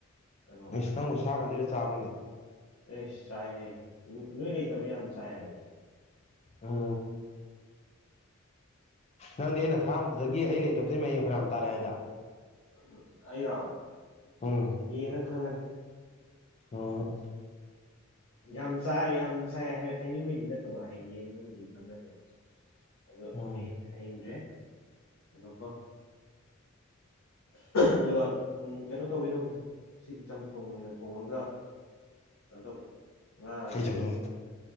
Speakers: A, on the left; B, on the left.
A: ꯀꯩꯅꯣ
B: ꯏꯁ ꯅꯪꯕꯨ ꯁꯥꯒ ꯂꯩꯔ ꯆꯥꯕ꯭ꯔꯥꯅꯦ
A: ꯑꯦꯁ ꯆꯥꯏꯍꯦ ꯅꯣ ꯅꯣꯏ ꯂꯩꯇꯕ ꯌꯥꯝ ꯆꯥꯏ ꯍꯧꯖꯤꯛ
B: ꯑꯣ ꯅꯪꯗꯤ ꯑꯩꯅ ꯊꯥꯝꯕꯗꯨ__ ꯗꯒꯤ ꯑꯩ ꯂꯩꯇꯕꯩ ꯃꯌꯦꯡ ꯐꯔꯌꯥꯝ ꯇꯥꯔꯦ ꯍꯥꯏꯗ
A: ꯎꯝ ꯑꯩꯔꯣ
B: ꯎꯝ
A: ꯌꯦꯡꯉ ꯈꯪꯒꯅꯤ
B: ꯉꯣ
A: ꯌꯥꯝ ꯆꯥꯏ ꯌꯥꯝ ꯆꯥꯏ ꯍꯥꯏ ꯍꯥꯏꯅꯤꯡꯕꯩꯗꯤ ꯅꯠꯇꯕ ꯍꯌꯦꯡ ꯌꯦꯡꯉꯒꯕꯨꯗꯤ ꯈꯪꯒꯅꯦꯕ ꯑꯗꯣ
B: ꯎꯝ
A: ꯑꯩ ꯍꯥꯏꯅꯤꯡꯗ꯭ꯔꯦ ꯉꯥꯏꯈꯣ ꯀꯣ ꯑꯗꯨꯒ ꯎꯝ ꯀꯩꯅꯣ ꯇꯧꯒꯦ ꯇꯧꯕꯅꯤꯗ ꯁꯤꯗꯤ ꯆꯝꯊꯣꯡ ꯑꯣꯏꯅ ꯊꯣꯡꯉꯒ ꯑ ꯇꯧꯒꯦ ꯉꯥꯁꯤ
B: ꯀꯩꯆꯝꯊꯣꯡ